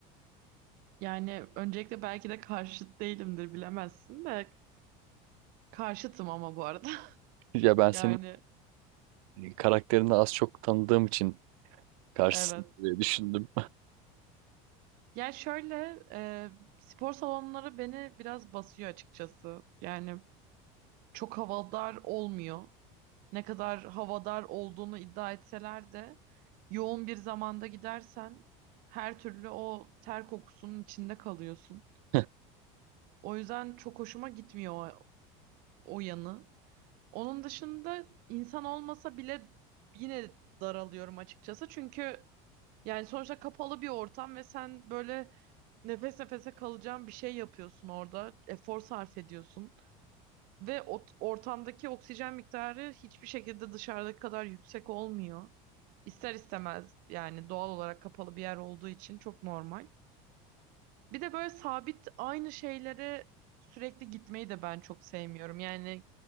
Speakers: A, on the right; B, on the right.
A: Yani öncelikle belki de karşıt değilimdir bilemezsin de karşıtım ama bu arada. <laughs>
B: <laughs> Ya ben
A: Yani
B: senin karakterini az çok tanıdığım için karşısın
A: evet.
B: diye düşündüm.
A: Yani şöyle e, spor salonları beni biraz basıyor açıkçası. Yani çok havadar olmuyor. Ne kadar havadar olduğunu iddia etseler de yoğun bir zamanda gidersen her türlü o ter kokusunun içinde kalıyorsun.
B: <laughs>
A: O yüzden çok hoşuma gitmiyor o, o yanı. Onun dışında insan olmasa bile yine daralıyorum açıkçası. Çünkü yani sonuçta kapalı bir ortam ve sen böyle nefes nefese kalacağın bir şey yapıyorsun orada. Efor sarf ediyorsun. Ve o ortamdaki oksijen miktarı hiçbir şekilde dışarıdaki kadar yüksek olmuyor. İster istemez yani doğal olarak kapalı bir yer olduğu için çok normal. Bir de böyle sabit aynı şeylere sürekli gitmeyi de ben çok sevmiyorum. Yani